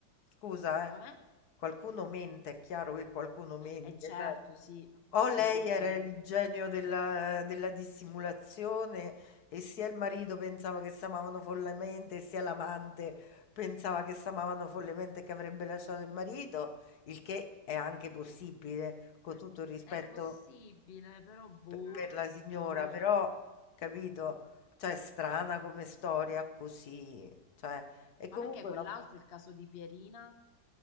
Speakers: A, on the left (about 65°); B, on the left (about 45°).
A: Scusa, eh.
B: Com'è?
A: Qualcuno mente, è chiaro che qualcuno mente,
B: Eh certo,
A: cioè,
B: sì,
A: o
B: sì,
A: lei
B: sì.
A: era il genio della, della dissimulazione e sia il marito pensava che si amavano follemente, sia l'amante pensava che si amavano follemente e che avrebbe lasciato il marito, il che è anche possibile, con tutto il rispetto
B: È possibile, però boh,
A: per per la signora,
B: non lo so.
A: però, capito? Cioè, strana come storia così. Cioè, e
B: Ma
A: comunque
B: perché quell'altro,
A: la
B: il caso di Pierina,